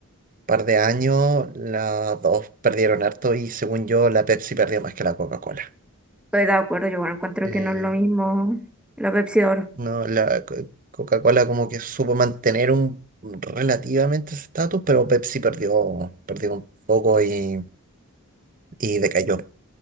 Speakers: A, on the right; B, in the centre.
A: par de años, las dos perdieron harto y según yo la Pepsi perdió más que la Coca-Cola.
B: estoy de acuerdo, yo bueno, encuentro
A: Eh,
B: que no es lo mismo la Pepsi de oro.
A: No, la co- Coca-Cola como que supo mantener un relativamente ese estatus, pero Pepsi perdió, perdió un poco y, y decayó.